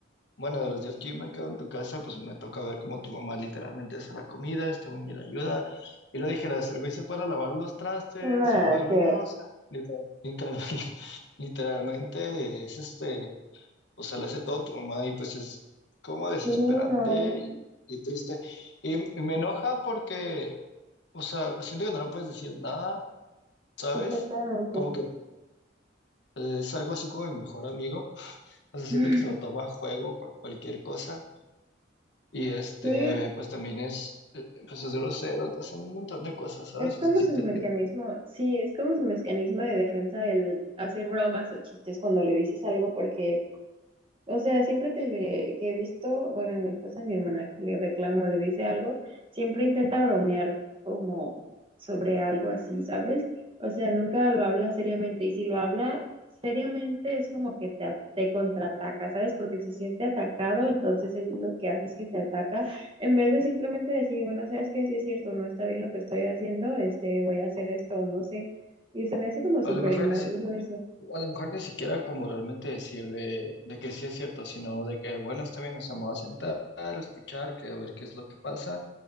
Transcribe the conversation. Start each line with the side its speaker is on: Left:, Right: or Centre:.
Left: bueno, de los días que yo me quedo en tu casa, pues me toca ver cómo tu mamá literalmente hace la comida, este güey ni le ayuda. Y lo dijeras, el güey se para a lavar los trastes
Right: Nada,
Left: o algo
Right: que.
Left: y nada, o sea, literal- literal- <laughs> literalmente es este, o sea, le hace todo tu mamá y pues es como desesperante
Right: Sí, no,
Left: y, y triste. y y me enoja porque, o sea, siento que no le puedes decir nada ¿sabes?
Right: exactamente.
Left: Como que eh, es algo así como mi mejor amigo. O sea, siento
Right: <laughs>
Left: que se lo toma a juego cu- cualquier cosa. Y este,
Right: Sí,
Left: pues también es, eh, pues es grosero, hace un montón de cosas, ¿sabes?
Right: Es como
Left: O sea, sí
Right: su
Left: te
Right: mecanismo,
Left: entiendo.
Right: sí, es como su mecanismo de defensa el hacer bromas o chistes cuando le dices algo porque o sea, siempre que le que he visto, bueno, en el caso de mi hermana que le reclamo, le dice algo, siempre intenta bromear como sobre algo así, ¿sabes? O sea, nunca lo habla seriamente y si lo habla seriamente es como que te, a- te contraataca, ¿sabes? Porque se siente atacado, entonces él lo que hace es que te ataca en vez de simplemente decir, bueno, ¿sabes qué? Sí es cierto, no está bien lo que estoy haciendo, este, voy a hacer esto, o no sé. Y se me hace como
Left: A
Right: súper
Left: lo mejor
Right: inmaduro
Left: ni, si-
Right: eso.
Left: a lo mejor ni siquiera como realmente decir de, de que sí es cierto, sino de que, bueno, está bien, nos vamos a sentar, a escuchar, que a ver qué es lo que pasa.